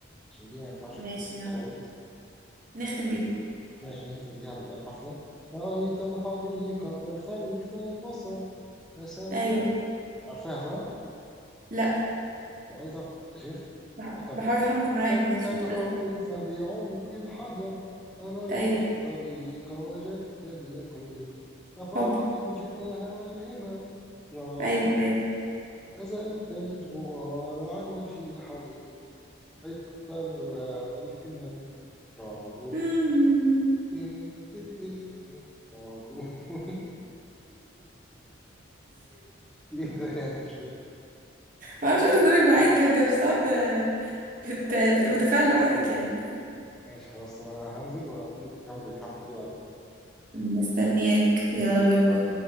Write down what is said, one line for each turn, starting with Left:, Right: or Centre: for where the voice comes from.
Centre: عشان دي ما ينفعش
Right: ماشي
Centre: تت- تتفوت
Right: يلا نختم بيها
Centre: ماشي نختم بيها الحفلة رأيت الحقيقة خلف البصر رسمت
Right: ايوه
Centre: ال- عارفاها صح؟
Right: لا
Centre: رأيت يا شيخ
Right: بح-
Centre: أكمل
Right: بحاول
Centre: كمل
Right: اتحمس معاك
Centre: رسمت
Right: بس عشان
Centre: الحروف
Right: متبقاش ب-
Centre: بعمق الحجر أنرت
Right: ايوه
Centre: الطريق وجدت اليقين رفعت
Right: حب
Centre: الجباه والهمم دراج
Right: ايوه ايوه
Centre: أزلت الغبار عن وجه الحنين أيقظت الرؤى والهمم دراج
Right: <laughs>
Centre: <laughs> موجود كده يعني مش فاهم
Right: ما اعرفش اقدر معاك انت مش هتقعد آه، بت- متفاعل لوحدك يعني
Centre: ماشي خلاص طب انا هنزل واجيلك نكمل الحفلة دي بعدين
Right: مستنياك يلا باي باي